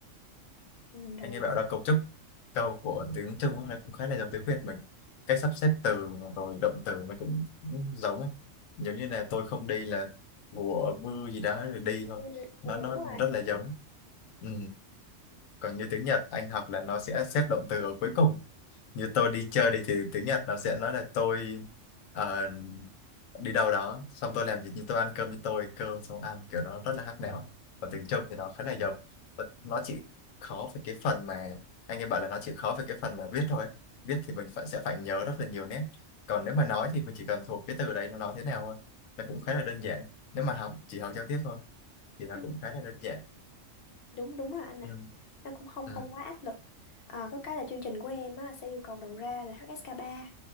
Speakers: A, on the left; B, on the left.
A: ừ, rồi
B: Anh nghe bảo là cấu trúc câu của tiếng Trung ấy là cũng khá là giống tiếng Việt mình. Cách sắp xếp từ rồi động từ nó cũng giống ấy. Giống như là tôi không đi là của mưa gì đó rồi đi thôi.
A: ừ, ừ,
B: Nó nó
A: đúng rồi
B: rất là giống. Ừ. Còn như tiếng Nhật anh học là nó sẽ xếp động từ ở cuối cùng như tôi đi chơi đi thì tiếng Nhật nó sẽ nói là tôi ờ, đi đâu đó xong tôi làm việc như tôi ăn cơm với tôi cơm xong ăn kiểu nó rất là hát nẻo còn tiếng Trung thì nó khá là giống Và nó chỉ khó về cái phần mà anh ấy bảo là nó chỉ khó về cái phần mà viết thôi viết thì mình phải sẽ phải nhớ rất là nhiều nét còn nếu mà nói thì mình chỉ cần thuộc cái từ đấy nó nói thế nào thôi nó cũng khá là đơn giản nếu mà học chỉ học giao tiếp thôi thì nó
A: Ừ,
B: cũng khá là đơn giản
A: đúng đúng là anh
B: ừ.
A: ạ nó cũng không
B: Ừ.
A: không quá áp lực à, có cái là chương trình của em á, sẽ yêu cầu đầu ra là HSK3